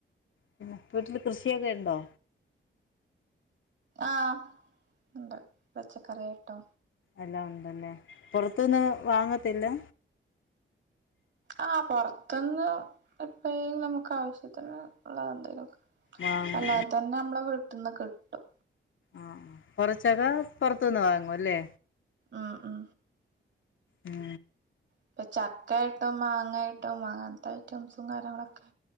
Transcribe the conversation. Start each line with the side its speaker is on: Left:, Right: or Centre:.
Left: പിന്നെ വീട്ടില് കൃഷിയൊക്കെ ണ്ടോ?
Right: ആ ഒണ്ട് പച്ചക്കറിയായിട്ടോ
Left: എല്ലാം ഒണ്ട്. തന്നേ പൊറത്തൂന്ന് വാങ്ങ ത്തില്ലാ?
Right: ആ പൊറത്തന്ന് എപ്പേലും നമുക്ക് ആവശ്യത്തിന് ഉള്ളത് എന്തേലും. ക്കെ
Left: വാങ്ങും
Right: അല്ലാതെതന്നെ നമ്മള് കിട്ട ട്ടോ
Left: ആ കൊറച്ചൊക്കെ പൊറത്തുന്ന് വാങ്ങും ല്ലേ
Right: ആ ആ
Left: ഉം
Right: ഇപ്പൊ ചക്കയിട്ടും മാങ്ങാ <unintelligible> അങ്ങനത്തെ ഐറ്റംസും കാര്യങ്ങളൊക്കെ